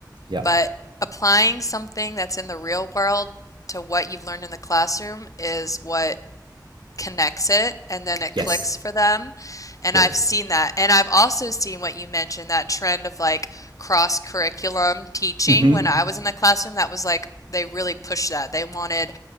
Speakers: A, on the right; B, on the left.
A: Yeah.
B: but applying something that's in the real world to what you've learned in the classroom is what connects it and then it
A: Yes.
B: clicks for them. And
A: Yeah.
B: I've seen that. And I've also seen what you mentioned, that trend of like cross curriculum teaching.
A: Mm-hmm.
B: When I was in the classroom, that was like they really pushed that. They wanted